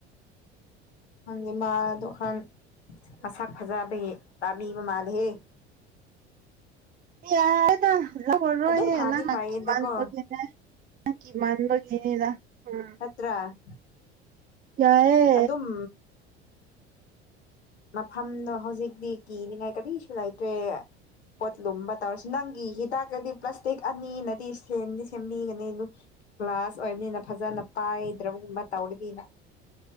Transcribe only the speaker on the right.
ꯌꯔꯦꯗ ꯂꯧꯂꯥꯔꯣꯏ
ꯌꯦ
ꯅꯪꯅ
ꯀꯤꯃꯟ ꯕꯒꯤ ꯅꯦ ꯀꯤꯃꯥꯟꯕꯒꯤꯅꯦꯗ ꯎꯝ
ꯌꯥꯏꯌꯦ